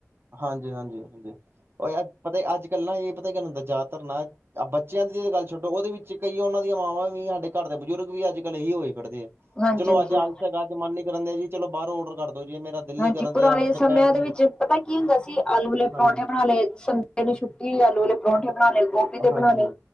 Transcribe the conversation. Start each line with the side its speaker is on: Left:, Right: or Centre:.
Right: ਹਾਂਜੀ- ਹਾਂਜੀ, ਹਾਂਜੀ‌‌ ਓ ਐ ਪਤਾ ਅੱਜ ਕੱਲ ਨਾ ਇਹ ਪਤਾ ਕੀ ਗੱਲ ਹੁੰਦਾ ਜ਼ਿਆਦਾਤਰ ਨਾ। ਬੱਚਿਆਂ ਦੀ ਗੱਲ ਛੱਡੋ ਉਹਦੇ ਵਿੱਚ ਕਈ ਉਹਨਾਂ ਦੀ ਮਾਵਾਂ ਵੀ ਹਾਡੇ ਘਰ ਦੇ ਬਜ਼ੁਰਗ ਵੀ ਅੱਜ ਕੱਲ ਇਹੀ ਹੋਏ ਖੜਦੇ ਆ।
Left: ਹਾਂਜੀ-ਹਾਂਜੀ,
Right: ਚਲੋ ਅੱਜ ਆਲਸ
Left: ਹਾਂਜੀ
Right: ਹੈਗਾ, ਅੱਜ ਮਨ ਨੀ ਕਰਨ ਦਿਆ ਜੀ ਚਲੋ ਬਾਹਰ ਔਡਰ ਕਰ ਦੋ ਜੀ ਮੇਰਾ। ਦਿਲ
Left: ਹਾਂਜੀ
Right: ਨੀ ਕਰਨ
Left: ਪੁਰਾਣੇ
Right: ਦਿਆ ਦੁਪਹਿਰ
Left: ਸਮਿਆਂ ਦੇ
Right: ਦੀ
Left: ਵਿੱਚ ਪਤਾ ਕੀ ਹੁੰਦਾ ਸੀ। ਆਲੂ ਵਾਲੇ
Right: ਹਾਂਜੀ
Left: ਪਰੌਂਠੇ ਬਣਾ ਲੇ, ਸੰਡੇ ਨੂੰ ਛੁੱਟੀ ਆਲੂ ਵਾਲੇ ਪਰੌਂਠੇ ਬਣਾ ਲੇ, ਗੋਭੀ ਦੇ ਬਣਾ
Right: ਹਾਂਜੀ
Left: ਲੇ।